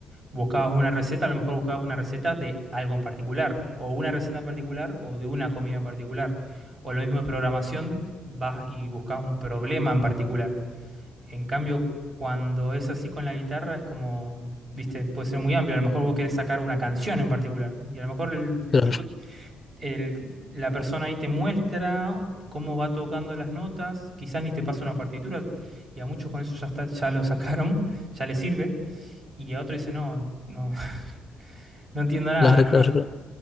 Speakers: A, on the right (about 45°); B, on the left (about 35°).
A: buscabas una receta, a lo mejor buscabas una receta de algo en particular, o una receta en particular, o de una comida en particular. O lo mismo de programación, vas y buscas un problema en particular. En cambio, cuando es así con la guitarra, es como, viste, puede ser muy amplio. A lo mejor vos querés sacar una canción en particular. Y a lo mejor el
B: claro,
A: tipo, el- la persona ahí te muestra cómo va tocando las notas. Quizás ni te pasa una partitura. Y a muchos con eso ya está, ya lo sacaron, <laughs> ya les sirve. Y a otro dice, no, no, <laughs> no entiendo nada.
B: claro,
A: ¿no?
B: claro, claro.